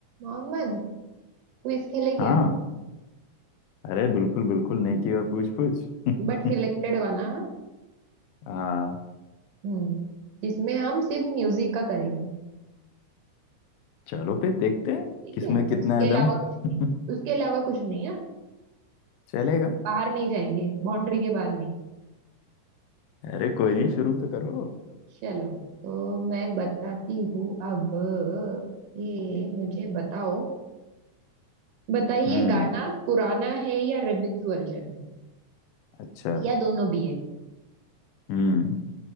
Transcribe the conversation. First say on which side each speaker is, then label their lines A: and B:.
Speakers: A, on the right (about 80°); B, on the left (about 80°).
A: Mohammad Quiz खेले
B: हाँ
A: क्या
B: अरे बिल्कुल बिल्कुल नेकी और पूछ पूछ <laughs>
A: But selected वाला हाँ?
B: हाँ
A: हम्म जिसमें हम सिर्फ म्यूजिक का करेंगे
B: चलो फिर देखते हैं
A: ठीक
B: किसमें
A: है
B: कितना
A: उसके
B: है दम
A: अलावा कुछ
B: <laughs>
A: नहीं उसके अलावा कुछ नहीं है
B: चलेगा
A: बाहर नहीं जाएंगे बाउंड्री के बाहर नहीं
B: अरे
A: तो
B: कोई नहीं शुरू तो करो
A: चलो तो मैं बताती हूँ अब ये मुझे बताओ बताइए
B: हम्म
A: गाना पुराना है या रिमिक्स वर्जन है
B: अच्छा
A: या दोनों भी है
B: हम्म